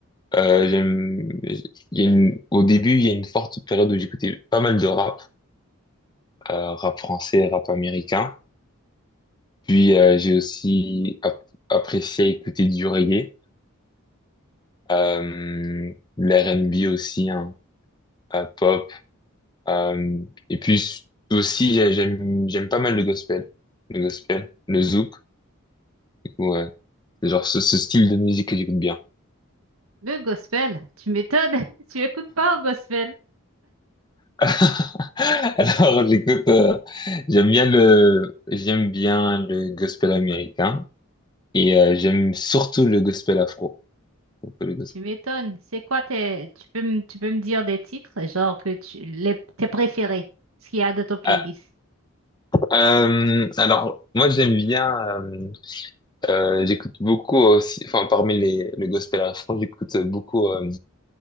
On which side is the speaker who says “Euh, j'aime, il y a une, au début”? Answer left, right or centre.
Left